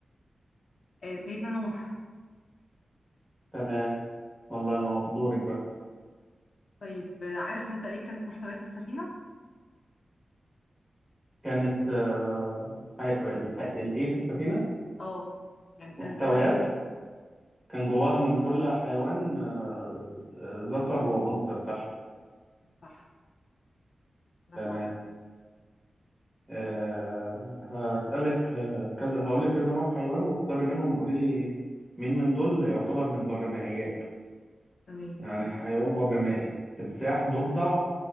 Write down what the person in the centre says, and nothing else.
تمام الله ينور دورك بقى
كانت آه، حي... الح- الايه في السفينه
محتويات
كان جواها من كل حيوان آه، آه، ذكر وانثى بتاعها
تمام
آه، هسألك آه، كذا هقول لك كذا نوع حيوان واختاري منهم قولي لي مين من دول يعتبر من البرمائيات
يعني حيوان برمائي تمساح ضفدع